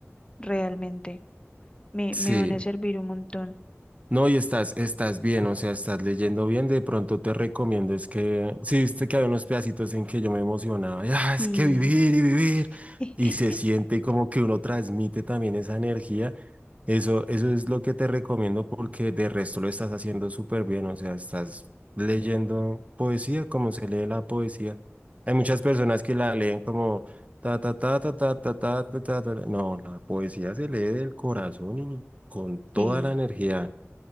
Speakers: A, on the left (about 20°); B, on the right (about 30°).
A: realmente. Me,
B: Sí.
A: me van a servir un montón.
B: No, y estás, estás bien, o sea, estás leyendo bien. De pronto te recomiendo, es que, ¿sí viste que había unos pedacitos en que yo me emocionaba, y, "Ah,
A: Y,
B: es que vivir y vivir,
A: <laughs>
B: y se siente como que uno transmite también esa energía. Eso, eso es lo que te recomiendo porque de resto lo estás haciendo súper bien, o sea, estás leyendo poesía como se lee la poesía. Hay muchas personas que la leen como ta ta ta ta ta ta ta ta ta. ta. No, la poesía se lee del corazón y con toda
A: y
B: la energía.